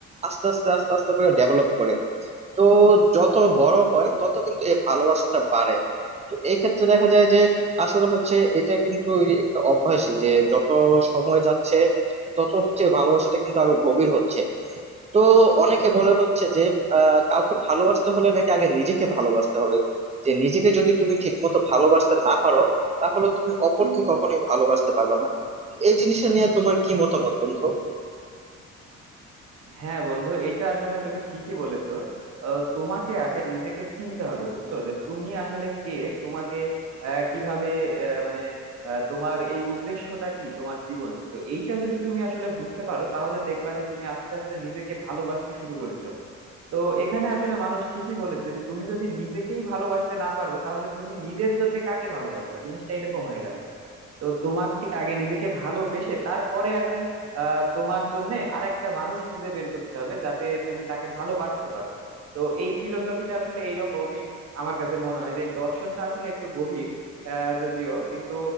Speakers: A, on the right; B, on the right.
A: আস্তে আস্তে আস্তে আস্তে করে ডেভেলপ করে তো যত বড় হয় তত কিন্তু এই ভালোবাসাটা বাড়ে তো এই ক্ষেত্রে দেখা যায় যে আসলে হচ্ছে এটা কিন্তু একটা অভ্যাসই যে যত সময় যাচ্ছে তত হচ্ছে ভালোবাসাটা কিন্তু আরো গভীর হচ্ছে তো অনেকে বলে হচ্ছে যে আহ, কাউকে ভালোবাসতে হলে নাকি আগে নিজেকে ভালোবাসতে হবে যে নিজেকে যদি তুমি ঠিক মতো ভালোবাসতে না পারো তাহলে তুমি অপরকে
B: হুম,
A: কখনোই ভালোবাসতে পারবে না এই জিনিসটা নিয়ে তোমার কি মতামত বন্ধু
B: হ্যাঁ বন্ধু এটা আসলে তুমি ঠিকই বলেছো আহ, তোমাকে আগে নিজেকে চিনতে হবে বুঝছো যে তুমি আসলে কে তোমাকে আহ, কিভাবে আহ, মানে আহ, তোমার এই উদ্দেশ্যটা কি তোমার জীবনের তো এইটা যদি তুমি আসলে বুঝতে পারো তাহলে দেখবা যে তুমি আস্তে আস্তে নিজেকে ভালোবাসতে শুরু করেছো তো এখানে আসলে মানুষ ঠিকই বলেছে যে তুমি যদি নিজেকেই ভালোবাসতে না পারো তাহলে তুমি নিজের জন্য কাকে ভালোবাসবা জিনিসটা এরকম হয়ে গেল তো তোমাকে আগে নিজেকে ভালোবেসে তারপরে আর কি আহ, তোমার জন্য আর একটা মানুষ খুঁজে বের করতে হবে যাতে তুমি তাকে ভালোবাসতে পারো তো এই ফিলোসফিটা আসলে এইরকমই আমার কাছে মনে হয় যে এই দর্শনটা আসলে একটু গভীর আহ, যদিও কিন্তু